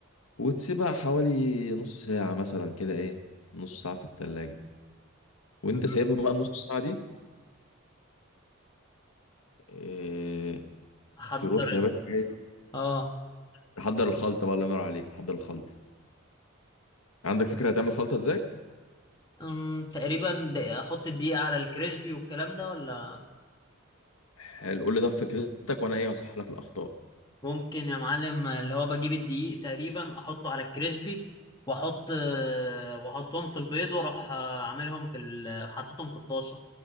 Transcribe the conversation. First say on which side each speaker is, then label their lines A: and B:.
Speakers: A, on the left; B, on the left.
A: وتسيبها حوالي نص ساعة مثلا كده إيه نص ساعة في التلاجة وأنت
B: مهم.
A: سايبها بقى النص ساعة دي آه،
B: احضر
A: تروح يا
B: ال...
A: باشا إيه،
B: اه
A: تحضر الخلطة بقى الله ينور عليك تحضر الخلطة عندك فكرة هتعمل خلطة إزاي؟
B: أم، تقريبا د- احط الدقيقة على الكريسبي والكلام ده ولا
A: حلو قول لي ده فكرتك وانا ايه هصحح لك الاخطاء
B: ممكن يا معلم اللي هو بجيب الدقيق تقريبا احطه على الكريسبي واحط آه، واحطهم في البيض واروح آه، عاملهم في ال- حاططهم في الطاسه